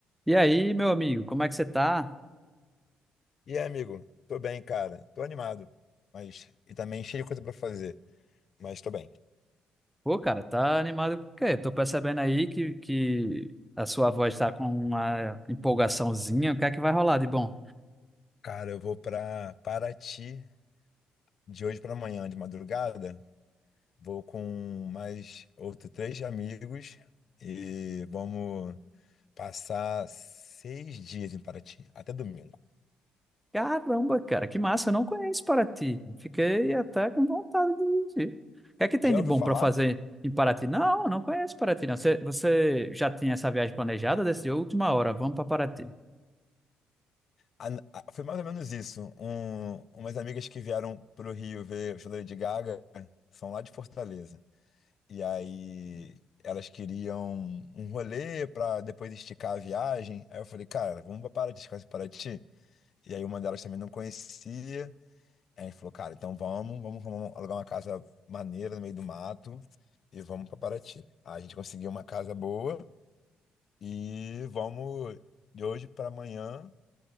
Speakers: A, in the centre; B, on the left.
A: E aí, meu amigo, como é que você tá?
B: E aí, amigo? Tô bem, cara. Tô animado, mas e também cheio de coisa pra fazer, mas tô bem.
A: Pô, cara, tá animado com o quê? Tô percebendo aí que, que a sua voz tá com uma empolgaçãozinha. O que é que vai rolar de bom?
B: Cara, eu vou pra Paraty de hoje pra amanhã, de madrugada. Vou com mais outros três amigos e vamos passar seis dias em Paraty, até domingo.
A: Caramba, cara, que massa, eu não conheço Paraty. Fiquei até com vontade de ir. O que é que tem
B: Já
A: de
B: ouviu
A: bom
B: falar?
A: pra fazer em Paraty? Não, não conheço Paraty, não. Você, você já tinha essa viagem planejada? Decidiu, última hora, vamos pra Paraty.
B: A- a- Foi mais ou menos isso. Um, umas amigas que vieram pro Rio ver o show da Lady Gaga são lá de Fortaleza. E aí elas queriam um rolê pra depois esticar a viagem. Aí eu falei, cara, vamos pra Paraty, conhece Paraty? E aí uma delas também não conhecia. Aí a gente falou, cara, então vamos, vamos arrumar- alugar uma casa maneira no meio do mato e vamos pra Paraty. Aí a gente conseguiu uma casa boa e vamos de hoje pra amanhã,